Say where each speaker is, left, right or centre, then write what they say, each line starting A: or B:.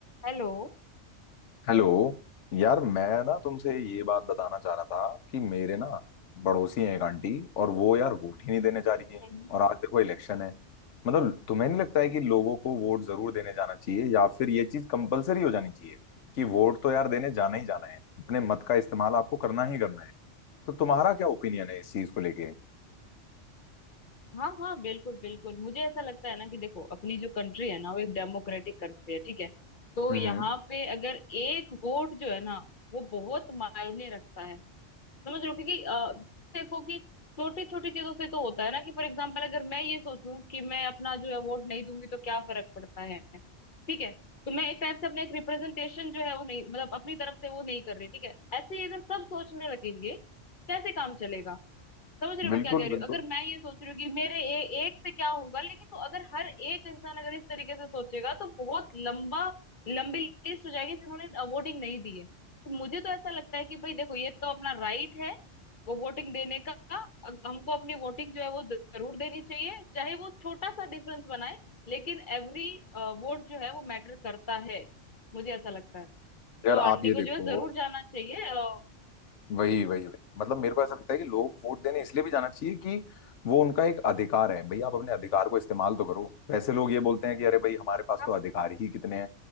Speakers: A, on the left; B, on the left.
A: Hello
B: हेलो यार मैं ना तुमसे ये बात बताना चाह रहा था कि मेरे ना पड़ोसी हैं एक आंटी और वो यार वोट ही नहीं देने जा रही हैं
A: हम्म।
B: और आज देखो इलेक्शन है मतलब तुम्हें नहीं लगता है कि लोगों को वोट जरूर देने जाना चाहिए या फिर ये चीज कंपलसरी हो जानी चाहिए कि वोट तो यार देने जाना ही जाना है अपने मत का इस्तेमाल आपको करना ही करना है तो तुम्हारा क्या ओपिनियन है इस चीज को लेके
A: हाँ हाँ बिल्कुल बिल्कुल मुझे ऐसा लगता है ना कि देखो अपनी जो कंट्री है ना वो एक डेमोक्रेटिक कंट्री है ठीक है तो
B: हम्म
A: यहाँ
B: हम्म
A: पे अगर एक वोट जो है ना वो बहुत मायने रखता है समझ रहे हो क्योंकि अ, देखो कि छोटी छोटी चीजों से तो होता है ना कि फॉर एग्जाम्पल अगर मैं ये सोचूं कि मैं अपना जो है वोट नहीं दूंगी तो क्या फर्क पड़ता है ठीक है तो मैं एक टाइप से अपना एक रिप्रेजेंटेशन जो है वो नहीं मतलब अपनी तरफ से वो नहीं कर रही ठीक है ऐसे ही अगर सब सोचने लगेंगे कैसे काम चलेगा समझ रहे हो मैं
B: बिल्कुल
A: क्या कह रही
B: बिल्कुल
A: हूँ अगर मैं ये सोच रही हूँ कि मेरे ए, एक से क्या होगा लेकिन तो अगर हर एक इंसान अगर इस तरीके से सोचेगा तो बहुत लंबा लंबी लिस्ट हो जाएगी जिन्होंने वोटिंग नहीं दी है तो मुझे तो ऐसा लगता है कि भाई देखो ये तो अपना राइट है वो वोटिंग देने का अ- हमको अपनी वोटिंग जो है वो जरूर देनी चाहिए चाहे वो छोटा सा डिफरेंस बनाए लेकिन एवरी वोट जो है वो मैटर करता है मुझे ऐसा लगता है
B: यार
A: तो आंटी
B: आप ये
A: को
B: देखो
A: जो है जरूर जाना चाहिए अ,
B: वही
A: हम्म हम्म
B: वही वही मतलब मेरे को ऐसा लगता है कि लोग वोट देने इसलिए भी जाना चाहिए कि वो उनका एक अधिकार है भाई आप अपने अधिकार को इस्तेमाल तो करो वैसे लोग ये बोलते हैं कि अरे भाई हमारे पास
A: हाँ,
B: तो अधिकार
A: बिल्कुल।
B: ही कितने हैं